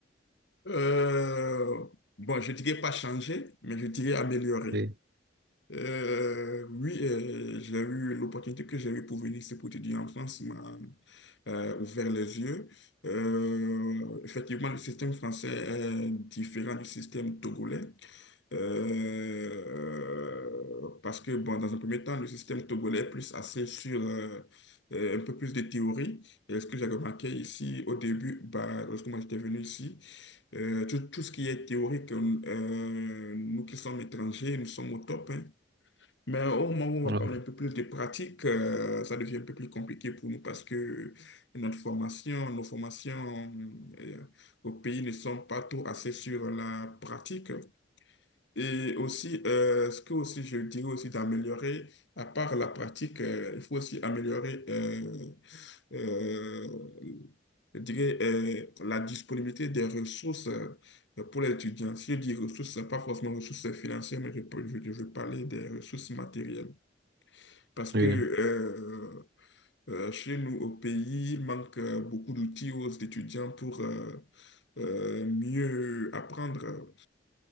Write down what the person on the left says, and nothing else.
Euh, bon, je dirais pas changer, mais je dirais améliorer.
Euh, oui, euh, j'ai eu l'opportunité que j'ai eue pour venir ici pour étudier en France m'a euh, ouvert les yeux. Euh, effectivement, le système français est différent du système togolais. Euh, parce que, bon, dans un premier temps, le système togolais est plus axé sur euh, euh, un peu plus de théorie. Et ce que j'ai remarqué ici au début, bah, lorsque moi j'étais venu ici, euh, tout, tout ce qui est théorique, euh, nous qui sommes étrangers, nous sommes au top. hein. Mais au moment où on
va parler un peu plus de pratique, euh, ça devient un peu plus compliqué pour nous parce que notre formation, nos formations euh, au pays ne sont pas trop assez sur la pratique. Et aussi, euh, ce que aussi je dirais aussi d'améliorer, à part la pratique, euh, il faut aussi améliorer euh, euh, je dirais, euh, la disponibilité des ressources euh, pour les étudiants. Si je dis ressources, pas forcément ressources financières, mais je, peux- je, je veux parler des ressources matérielles. Parce que
euh, euh, chez nous, au pays, il manque euh, beaucoup d'outils aux étudiants pour euh, euh, mieux apprendre.